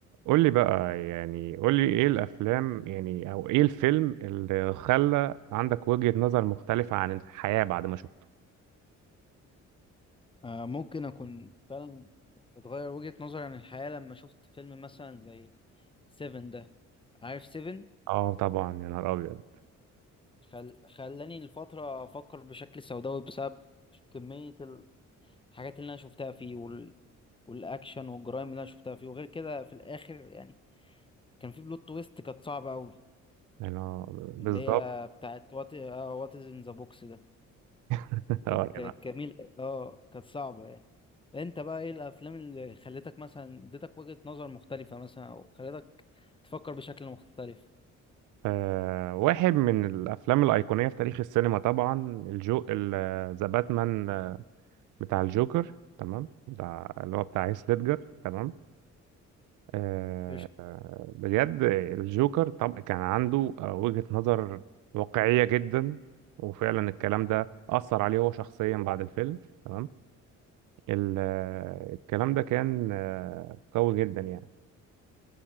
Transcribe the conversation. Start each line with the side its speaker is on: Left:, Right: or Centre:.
Right: قول لي بقى يعني قول لي ايه الافلام يعني او ايه الفيلم اللي خلى عندك وجهة نظر مختلفة عن الحياة بعد ما شفته
Left: آه، ممكن اكون فعلا اتغير وجهة نظري عن الحياة لما شفت فيلم مثلا زي سيفن ده عارف سيفن
Right: اه طبعا يا نهار ابيض
Left: خل... خلاني لفترة افكر بشكل سوداوي بسبب كمية ال- الحاجات اللي انا شفتها فيه وال... والاكشن والجرائم اللي انا شفتها فيه وغير كده في الاخر يعني كان في بلوت تويست كانت صعبة قوي
Right: انا بالظبط
Left: اللي هي بتاعت وات وات از ان ذا بوكس ده.
Right: <laughs> اه
Left: كانت
Right: يعني
Left: كانت جميلة اه كانت صعبة يعني انت بقى ايه الافلام اللي خلتك مثلا اديتك وجهة نظر مختلفة مثلا او خلتك تفكر بشكل مختلف
Right: آه واحد من الافلام الايقونية في تاريخ السينما طبعا الجو ذا باتمان بتاع الجوكر تمام ده اللي هو بتاع هيث ليدجر تمام آه،
Left: قشطة
Right: آه، بجد الجوكر طب كان عنده آه، وجهة نظر واقعية جدا وفعلا الكلام ده أثر عليه هو شخصيا بعد الفيلم تمام ال- آه، الكلام ده كان آه، قوي جدا يعني